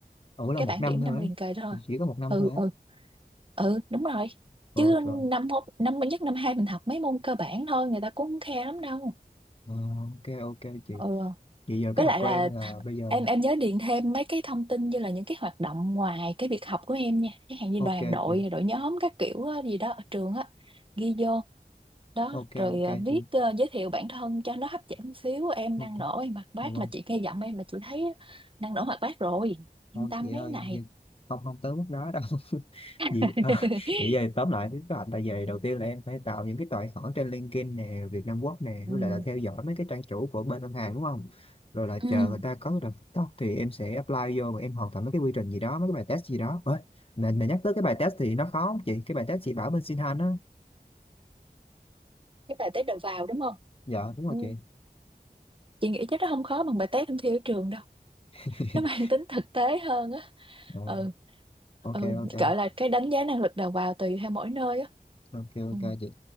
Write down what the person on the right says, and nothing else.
cái
bảng
điểm
năm liền
kề đó thôi
ừ
ừ ừ đúng rồi
chứ
năm hô- năm nhất năm hai mình học mấy môn cơ bản thôi người ta cũng không khe lắm đâu
ừ
với
lại
là
em em nhớ điền thêm mấy cái thông tin như là những cái hoạt động ngoài cái việc học của em nha cái hàng như
đoàn đội
đội nhóm các kiểu á, gì đó ở trường á ghi vô đó
rồi
ờ, viết
ờ, giới thiệu bản thân cho nó hấp dẫn xíu em
năng nổ em hoạt bát
mà chị nghe giọng em là chị thấy năng nổ hoạt bát rồi yên
tâm
mấy này
<laughs>
ừ.
ừ.
cái bài test đầu vào đúng không
ừ.
chị nghĩ chắc nó không khó bằng bài test thông thi ở trường đâu
nó mang tính thực tế hơn á
ừ
ừ
gọi là cái đánh giá năng lực đầu vào tùy theo mỗi nơi á
ừ